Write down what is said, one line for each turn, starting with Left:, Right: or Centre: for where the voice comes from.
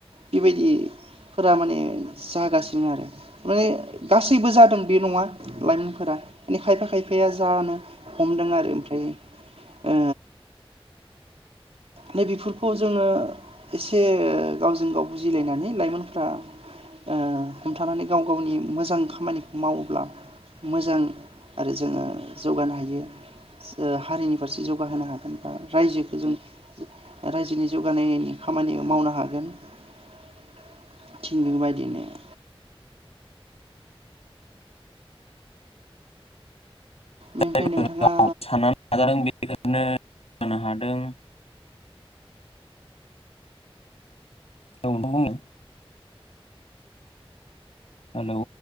Right: बेबायदिफोरा माने जागासिनो आरो माने गासैबो जादों बे नङा लाइमोनफोरा माने खायफा खायफाया जानो हमदों आरो ओमफ्राय । ओ नै बेफोरखौ जोङो एसे गावजों गाव बुजिलायनानै लाइमोनफ्रा ओ हमथानानै गाव गावनि मोजां खामानिखौ मावोब्ला मोजां आरो जोङो जौगानो हायो ओ हारिनि फारसे जौगाहोनो हागोन बा रायजोखौ जों रायजोनि जौगानाय खामानि मावनो हागोन । थिगबेबायदिनो <unintelligible> बेनिफ्राय
Left: जायफोर
Right: नोंथाङा
Left: गाव साननानै <unintelligible> हादों औ नोंथां <unintelligible> हेलौ